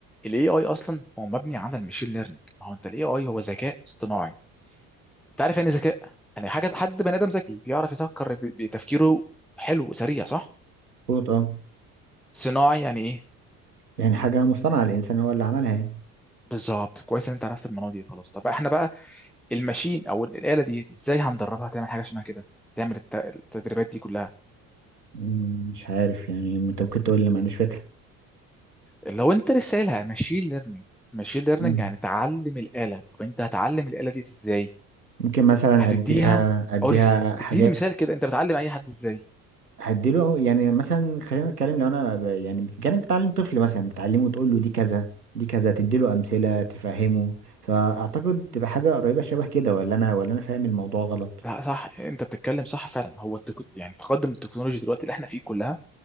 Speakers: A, in the centre; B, on the right.
A: الاي اي اصلا هو مبني على المشين ليرنينج ما هو انت الاي اي هو ذكاء اصطناعي انت عارف يعني إيه ذكاء يعني حاجه حد بني ادم ذكي بيعرف يفكر ب- بتفكيره حلو وسريع صح
B: مظبوط اه
A: صناعي يعني ايه
B: يعني حاجة مصطنعة الانسان هو اللي عملها يعني
A: بالظبط كويس ان انت عرفت المعلومه دي خلاص طب احنا بقى الماشين او الاله دي ازاي هندربها تعمل حاجه شبه كده تعمل الت- التدريبات دي كلها
B: مم، مش عارف يعني انت ممكن تقول لي ما عنديش فكرة
A: لو انت لسه قايلها ماشين ليرنينج ماشين ليرنينج
B: مم.
A: يعني تعلم الآلة طب انت هتعلم الآلة دي ازاي
B: ممكن مثلا
A: هتديها
B: اديها اديها
A: قول لي
B: حاجات
A: اديني مثال كده انت بتعلم اي حد ازاي
B: هديله يعني مثلا خلينا نتكلم لو انا ب- يعني كانك بتعلم طفل مثلا بتعلمه تقول له دي كذا دي كذا تديله امثلة تفهمه فاعتقد تبقى حاجة قريبة شبه كده ولا انا ولا انا فاهم الموضوع غلط
A: لا صح انت بتتكلم صح فعلا هو التك... يعني تقدم التكنولوجيا دلوقتي اللي احنا فيه كلها